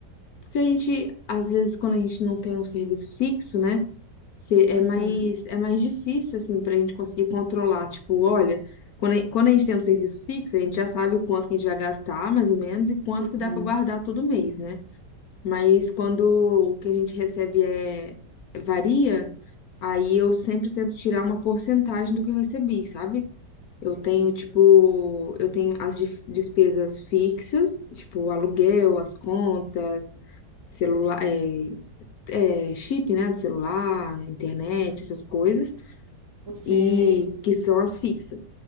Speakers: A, on the left (about 65°); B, on the right (about 45°).
A: porque a gente, às vezes, quando a gente não tem um serviço fixo, né, se- é
B: Uhum,
A: mais, é mais difícil, assim, pra gente conseguir controlar, tipo, olha, quando a, quando a gente tem um serviço fixo, a gente já sabe o quanto que a gente vai gastar, mais ou menos, e quanto
B: uhum,
A: que dá pra guardar todo mês, né, mas quando o que a gente recebe é, varia, aí eu sempre tento tirar uma porcentagem do que eu recebi, sabe? Eu
B: sim.
A: tenho, tipo, eu tenho as dif- despesas fixas, tipo, o aluguel, as contas, celular, é, é, chip, né, do celular, internet,
B: Uhum.
A: essas coisas,
B: Você,
A: e que são as fixas.